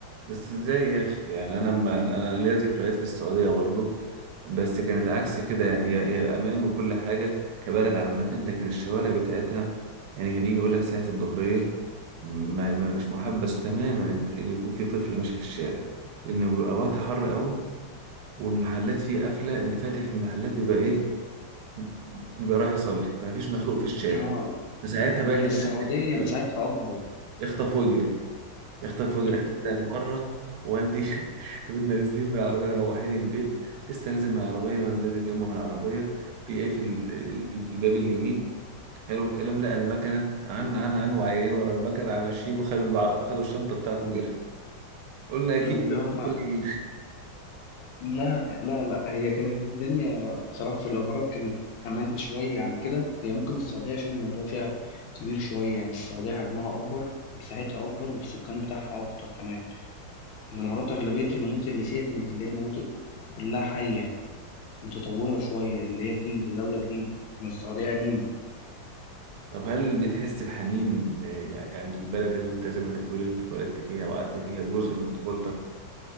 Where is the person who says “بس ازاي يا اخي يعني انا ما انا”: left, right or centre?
Right